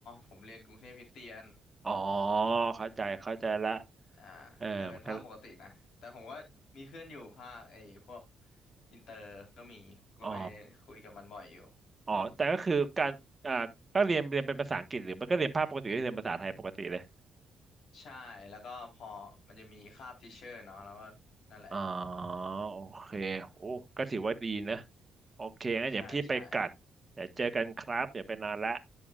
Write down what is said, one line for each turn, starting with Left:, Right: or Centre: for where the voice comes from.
Left: ผมเรียนกรุงเทพคริสเตียน
Right: อ๋อเข้าใจเข้าใจละ
Left: อ่า
Right: เออมันก็
Left: แต่เป็นภาคปกตินะแต่ผมก็มีเพื่อนอยู่ภาคไอ้พวกอินเตอร์ก็มีผมก็ไปคุยกับมันบ่อยอยู่
Right: อ๋ออ๋อแต่ก็คือการอ่าก็เรียนเรียนเป็นภาษาอังกฤษหรือมันก็เรียนภาคปกติหรือเรียนภาษาไทยปกติเลย
Left: ใช่แล้วก็พอมันจะมีคาบทิเชอร์เนาะแล้วก็นั่นแหละ
Right: อ๋อ โอเค โอ้ก็ถือว่าดีนะ โอเคงั้นเดี๋ยวพี่ไปกัดเดี๋ยวเจอกันครับเดี๋ยวไปนอนละ
Left: ใช่ใช่